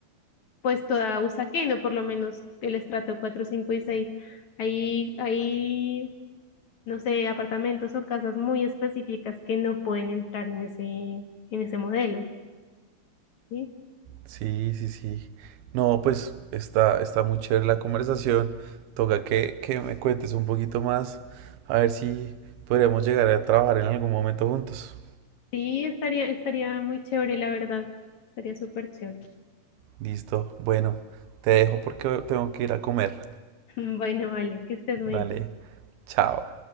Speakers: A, on the left; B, on the right.
A: pues toda Usaquén, o por lo menos el estrato cuatro 5 y seis Hay, hay, no sé, apartamentos o casas muy específicas que no pueden entrar en ese, en ese modelo, ¿sí?
B: sí, sí, sí. No, pues está, está muy chévere la conversación. Toca que, que me cuentes un poquito más. A ver si podríamos llegar a trabajar en algún momento juntos.
A: Sí, estaría, estaría muy chévere, la verdad. Estaría súper chévere. <laughs>
B: Listo. Bueno, te dejo porque tengo que ir a comer.
A: Bueno, vale, que estés muy
B: Dale,
A: bien.
B: chao.